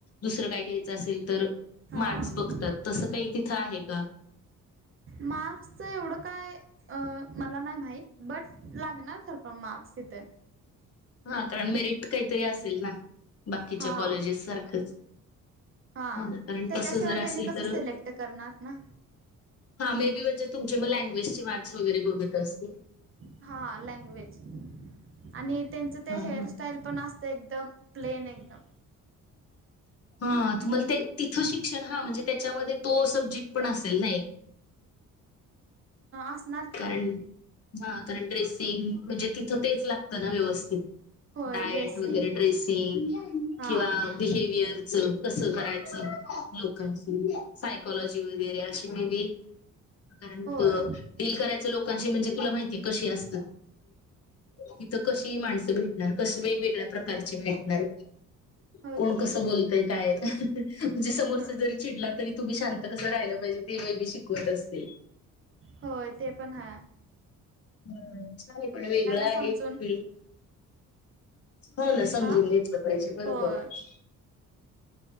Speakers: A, on the left; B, on the right.
A: दुसरं काय घ्यायचं असेल तर.
B: हां
A: मार्क्स बघतात तसं काही तिथं आहे का.
B: मार्क्सचं एवढं काय अं.. मला नाही माहीत बट लागणार खरं पण मार्क्स तिथे
A: हा कारण मेरिट काहीतरी असेल ना बाकीच्या
B: हां
A: कॉलेजेस सारखंच.
B: हां
A: हो कारण
B: त्याच्याशिवाय
A: तस जर असेल
B: त्यांनी कसं
A: तर
B: सिलेक्ट करणार ना
A: हा मे बी म्हणजे तुमचे मग लैंग्वेज ची माणसं वगैरे असतील
B: हा लँग्वेज आणि त्यांचं ते
A: हा हा
B: हेअरस्टाईल पण असते एकदम प्लेन एकदम.
A: हा तुम्हाला ते-तिथ शिक्षण हा म्हणजे त्याच्यामध्ये तो सब्जेक्ट पण असेल ना
B: असणार की.
A: कारण हा कारण ड्रेसिंग म्हणजे तिथं तेच लागतं ना व्यवस्थित
B: होय
A: डायट
B: ड्रेसिंग
A: वगैरे ड्रेसिंग
B: हा
A: किंवा बिहेव्यर च कस करायचं लोकांची सायकॉलॉजी वगैरे अशी मे बी कारण
B: होय
A: डील करायचं लोकांशी म्हणजे तुला माहितीय कशी असत तिथं कशी ह माणसं भेटणार कशी वेगवेगळ्या प्रकारची भेटणार
B: होय
A: कोण
B: की
A: कसं बोलतय काय म्हणजे समोरच
B: ह
A: जरी चिडला तरी तुम्ही शांत कसं राहिलं पाहिजे ते मे बी शिकवत असतील
B: होय ते पण ह
A: हम्म चालेल पण वेगळं आहे
B: समजून
A: फील्ड हो ना समजून
B: हा
A: घेतलं पाहिजे बरोबर
B: होय
A: आहे